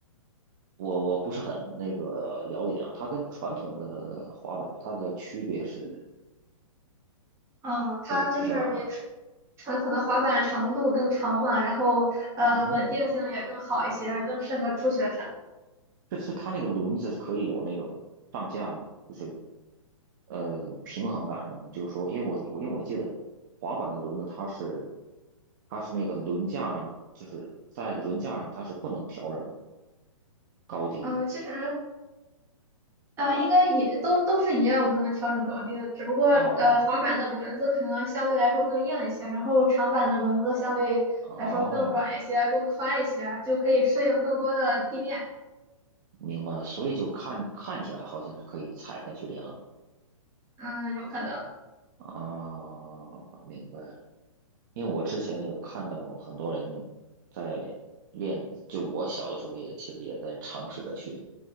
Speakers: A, on the right; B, on the right.
A: 我我不是很那个了解啊。它跟传统的滑板，它的区别是
B: 嗯，它就是比传
A: 是是在哪儿啊？
B: 传统的滑板长度更长嘛，然后呃稳定性也更好一些，
A: 嗯哼，
B: 更适合初学者。
A: 这是它那个轮子是可以有那种上下，就是呃平衡感的嘛。就是说，因为我我因为我记得滑板的轮子它是它是那个轮架上，就是在轮架上它是不能调整高低的
B: 嗯，其实呃应该也都都是一样，不能调整高低的，只不过呃滑板的轮子可能相对来说更硬一些，
A: 啊。
B: 然后长板的轮子相对来说更软一些、
A: 哦，
B: 更宽一些，就可以适应更多的地面。
A: 明白了，所以就看看起来好像是可以踩下去的样子
B: 嗯，有可能。
A: 啊，明白了。因为我之前有看到很多人在练，就我小的时候也其实也在尝试着去